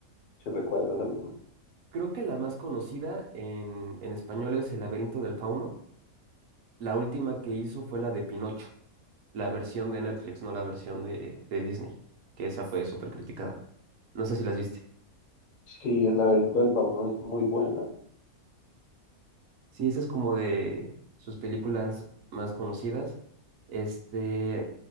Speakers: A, on the left (about 55°); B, on the right (about 70°).
A: Si recuerdas alguna.
B: Creo que la más conocida en, en español es El laberinto del fauno. La última que hizo fue la de Pinocho, la versión de Netflix, no la versión de, de Disney, que esa fue súper criticada. No sé si las viste.
A: Sí, El laberinto del fauno es muy buena.
B: Sí, esa es como de sus películas más conocidas. Este,